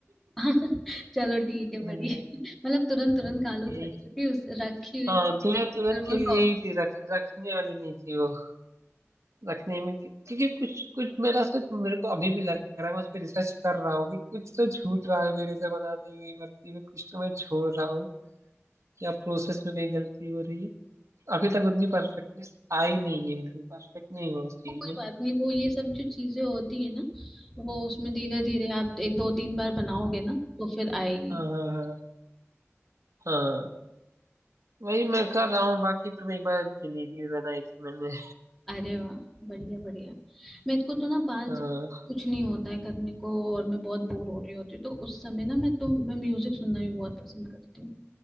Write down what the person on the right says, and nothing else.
हम्म,
ये-
हाँ दुल्हन
दुल्हन
के लिए
ही थी रख, रखने वाली नहीं थी वो रखने में क्योंकि कुछ कुछ मेरा सच मेरे को अभी भी लग रहा है मैं उस पर रिसर्च कर रहा हूँ कि कुछ तो छूट रहा है मेरे से बनाने में भर्ती में कुछ तो मैं छोड़ रहा हूँ क्या प्रोसेस में कहीं गलती हो रही है अभी तक उतनी परफेक्टनेस आई नहीं है बिल्कुल परफेक्ट नहीं हुआ उस चीज
में
हाँ हाँ हाँ हाँ वही मैं कर रहा हूँ बाकी तुम एक बार जलेबी भी बनाई थी मैंने
हाँ